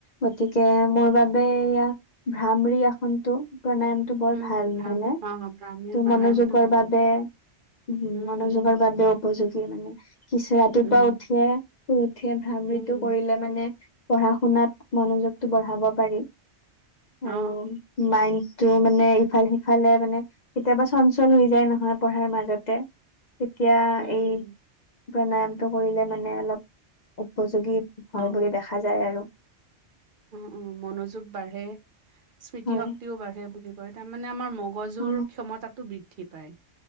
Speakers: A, on the left; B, on the right.
A: গতিকে মোৰ বাবে এইয়া ভ্ৰামৰি আসনতটো প্ৰাণায়ামতটো বৰ
B: উম
A: ভাল
B: উম ভ্ৰাম
A: নহয় নে। ত
B: অ ভ্ৰামীৰ প্ৰাণায়ামটো
A: মনোযোগৰ
B: বহুত
A: বাবে উম
B: উম
A: মনোযোগৰ বাবেও উপযোগ গি মানে, কিছু ৰাতিপুৱা
B: উম
A: উঠিয়ে শুই উঠিয়ে ভ্ৰাৱিতো
B: উম উম
A: কৰিলে মানে পঢ়া শুনাত মনোযোগটো বঢ়াব পাৰি।
B: অ
A: আৰু
B: অ
A: মাইণ্ডটো মানে ইফাল-সিফালে মানে কেতিয়াবা চঞ্চল হৈ যায় নহয় পঢ়াৰ মাজতে। তেতিয়া
B: অ উম উম
A: এই প্ৰাণায়ামটো কৰিলে মানে অলপ উপ যোগী হয়
B: অ
A: বুলি দেখা যায় আৰু।
B: উম উম, মনোযোগ বাঢ়ে, স্মৃতিশক্তিও
A: হয়
B: বাঢ়ে বুলি কয়, তাৰমানে আমাৰ মগজুৰ
A: অ'।
B: ক্ষমতাটো বৃদ্ধি পায়।